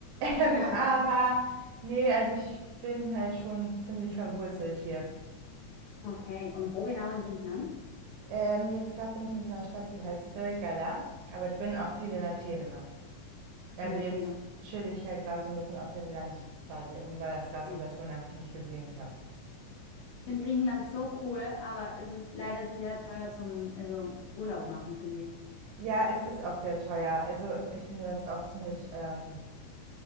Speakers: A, on the right; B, on the left.
A: Ähm,
B: Ja.
A: aber nee, also ich bin halt schon ziemlich verwurzelt hier.
B: Okay, und wo genau in Griechenland?
A: Ähm, jetzt gerade bin ich in so einer Stadt, die heißt Dölgala, aber ich bin auch viel in Athen immer. Also
B: In Athen,
A: jetzt chill ich halt gerade so ein bisschen auf dem Land quasi. Irgendwie war das gerade
B: okay.
A: so das, wonach ich mich gesehnt habe.
B: finde Griechenland so cool, aber es ist leider sehr teuer zum, also Urlaub machen, finde ich.
A: Ja, es ist auch sehr teuer. Also ich finde das auch ziemlich ähm,